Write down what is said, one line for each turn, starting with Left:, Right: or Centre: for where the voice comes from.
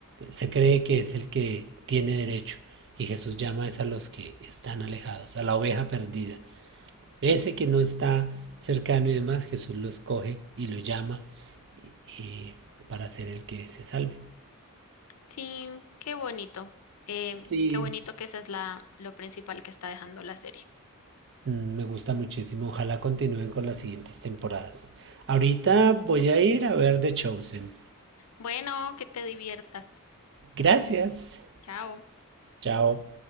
Right: se cree que es el que tiene derecho. Y Jesús llama es a los que están alejados, a la oveja perdida. Ese que no está cercano y demás, Jesús lo escoge y lo llama eh, para ser el que se salve.
Left: Sí, qué bonito. Eh,
Right: Y
Left: qué bonito que esa es la, lo principal que está dejando la serie.
Right: mm, me gusta muchísimo. Ojalá continúen con las siguientes temporadas. Ahorita voy a ir a ver The Chosen.
Left: Bueno, que te diviertas.
Right: Gracias.
Left: Chao.
Right: Chao.